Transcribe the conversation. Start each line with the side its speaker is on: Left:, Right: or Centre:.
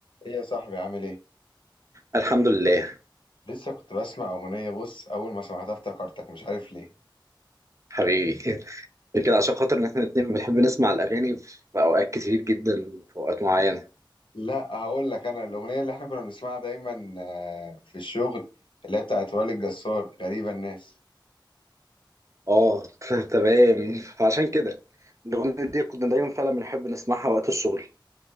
Left: ايه يا صاحبي عامل ايه؟
Right: الحمد لله
Left: لسه كنت بسمع اغنية بص اول ما سمعتها افتكرتك مش عارف ليه
Right: حبيبي <laughs> خير كده عشان خاطر ان احنا الاتنين بنحب نسمع الاغاني في اوقات كتير جدا في اوقات معينه
Left: لا هقول لك انا الاغنية اللي احنا كنا بنسمعها دايما آه، في الشغل اللي هي بتاعت وائل الجسار غريبة الناس
Right: اه <laughs> ت- تمام فعشان كده الاغنيه دي كنا دايما فعلا بنحب نسمعها وقت الشغل